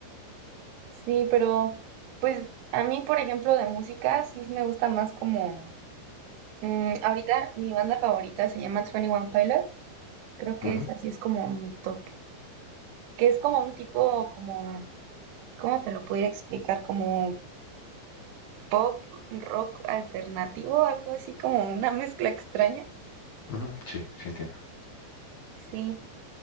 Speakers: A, on the right; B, on the left.
A: Sí, pero pues a mí, por ejemplo, de música sí me gusta más como Mm, ahorita mi banda favorita se llama Twenty One Pilots. Creo que
B: Ujú,
A: es así, es como mi top. Que es como un tipo, como, ¿cómo te lo pudiera explicar? Como pop, rock alternativo, algo así como una mezcla extraña.
B: ujú, sí, sí entiendo.
A: Sí,